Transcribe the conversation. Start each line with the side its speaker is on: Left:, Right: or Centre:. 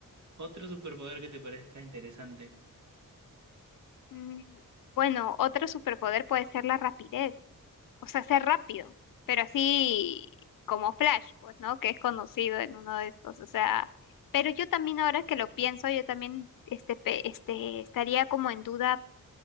Right: otro superpoder que te parezca interesante.
Left: Mm, Bueno, otro superpoder puede ser la rapidez, o sea, ser rápido, pero así como Flash, pues, ¿no? Que es conocido en uno de estos, o sea, pero yo también ahora que lo pienso, yo también este, pe- este, estaría como en duda,